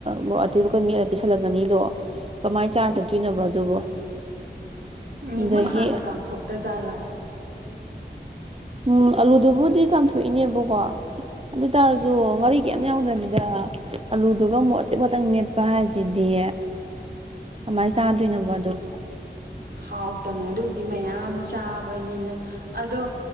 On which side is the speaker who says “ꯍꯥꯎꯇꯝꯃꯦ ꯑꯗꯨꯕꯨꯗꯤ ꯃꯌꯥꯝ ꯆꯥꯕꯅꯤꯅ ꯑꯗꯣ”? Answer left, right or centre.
Right